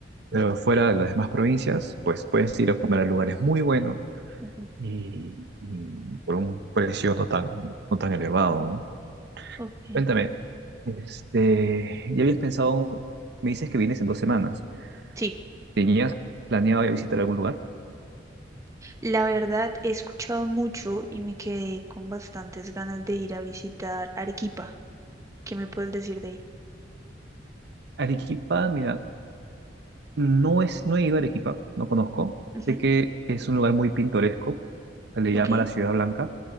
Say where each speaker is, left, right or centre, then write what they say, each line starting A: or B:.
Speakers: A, on the right; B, on the right.
A: pero fuera de las demás provincias, pues puedes ir a comer a lugares muy buenos
B: ujú,
A: y, y por un precio no tan, no tan elevado, ¿no?
B: Ok.
A: Cuéntame, este, ya habías pensado, me dices que vienes en dos semanas.
B: Sí.
A: ¿Tenías planeado ya visitar algún lugar?
B: La verdad, he escuchado mucho y me quedé con bastantes ganas de ir a visitar Arequipa. ¿Qué me puedes decir de ahí?
A: Arequipa, mira, no es, no he ido a Arequipa, no conozco.
B: Ujú,
A: Sé que es un lugar muy pintoresco, se le
B: Ok.
A: llama la Ciudad Blanca,